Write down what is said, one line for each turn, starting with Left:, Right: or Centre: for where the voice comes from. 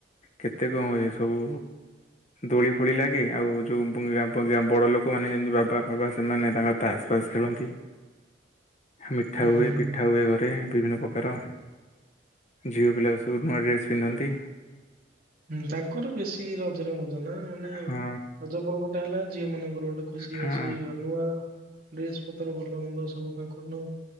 Left: କେତେ କଣ ହୁଏ ସବୁ ଦୋଳି ଫୋଳି ଲାଗେ ଆଉ ଯୋଉ ବଡ଼ ଲୋକମାନେ ଯେମିତି ବାବା ଫବା ସେମାନେ ତାଙ୍କର ତାସ୍ ଫାସ୍ ଖେଳନ୍ତି। ମିଠା
Right: ଉଁ
Left: ହୁଏ ପିଠା ହୁଏ ଘରେ ବିଭିନ୍ନ ପ୍ରକ କାର ଝିଅ ପିଲାବି ସବୁ ନୂଆ ଡ୍ରେସ୍ ପିନ୍ଧନ୍ତି।
Right: ହୁଁ ତାଙ୍କର ବେଶୀ ରଜରେ ମଜ ନା ମାନେ
Left: ହଁ
Right: ରଜ ପର୍ବଟା ହେଲା ଝିଅ ମାନଙ୍କର ଗୁଟେ ଖୁସି
Left: ହଁ
Right: ବାସି ନୂଆ ଡ୍ରେସ ପତ୍ର ଭଲ ମନ୍ଦ ସବୁ ତାଙ୍କର ନଉ